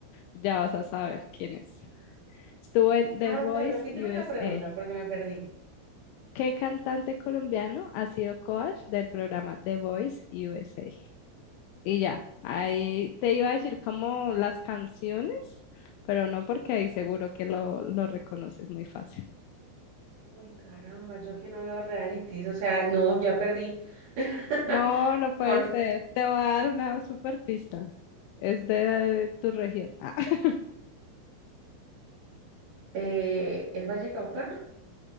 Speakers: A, on the left (about 90°); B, on the right (about 60°).
A: ya vas a saber quién es. Estuvo en The
B: A
A: Voice
B: ver, repíteme
A: USA.
B: la pregunta porque me perdí.
A: ¿Qué cantante colombiano ha sido coach del programa The Voice USA? Y ya, ahí te iba a decir como las canciones, pero no porque ahí seguro que lo, lo reconoces muy fácil.
B: Uy, caramba, yo que no veo realities. O sea, no, ya perdí. <laughs>
A: No, no puede
B: Por,
A: ser. Te voy a dar una super pista. Es de tu región. Ah, <laughs>
B: eh, ¿es Vallecaucano?